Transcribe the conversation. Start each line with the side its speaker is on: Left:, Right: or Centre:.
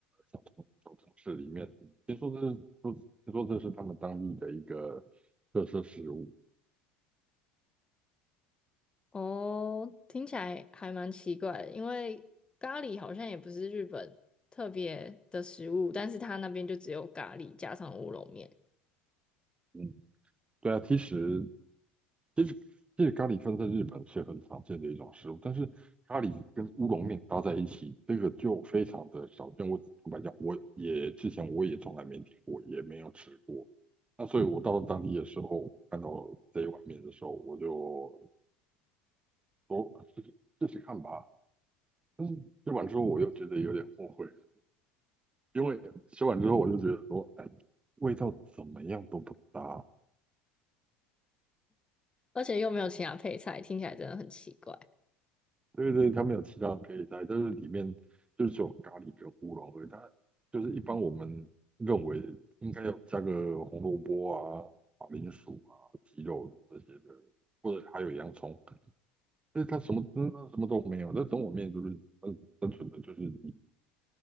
Right: 小城小城市里面，听说这是说听说这是他们当地的一个特色食物。
Left: 哦，听起来还蛮奇怪的，因为咖喱好像也不是日本特别的食物，但是它那边就只有咖喱加上乌龙面，
Right: 嗯，对啊，其实其实其实咖喱饭在日本是很常见的一种食物，但是咖喱跟乌龙面搭在一起，这个就非常的少见。我坦白讲，我也之前我也从来没听过，也没有吃过。那所以，我到当地的时候，看到这一碗面的时候，我就说试试试试看吧。但是吃完之后，我又觉得有点后悔，因为吃完之后我就觉得说，哎，味道怎么样都不搭。
Left: 而且又没有其他配菜，听起来真的很奇怪。
Right: 对对，他们有其他可以菜，但是里面就是只有咖喱跟胡萝卜以它就是一般我们认为应该要加个红萝卜啊、马铃薯啊、鸡肉这些的，或者还有洋葱。但是它什么嗯什么都没有，那整碗面就是单单纯的就是你